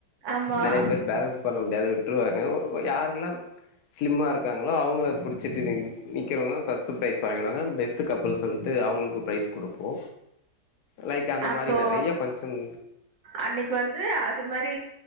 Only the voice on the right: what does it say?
ஆமா
அப்போ
அன்னைக்கு வந்து அது மாரி